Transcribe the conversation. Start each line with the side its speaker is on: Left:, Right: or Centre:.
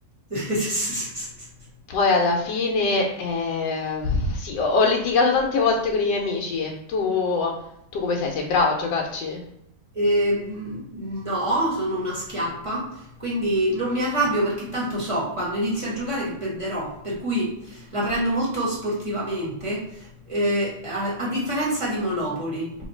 Right: <laughs>
Left: Poi alla fine, eh, sì, ho, ho litigato tante volte con i miei amici. Tu, tu come sei? Sei brava a giocarci?
Right: Eh, mh, no, sono una schiappa, quindi non
Left: Ok.
Right: mi arrabbio perché tanto so quando inizio a giocare che perderò, per cui la prendo molto sportivamente, eh, a, a differenza di Monopoli.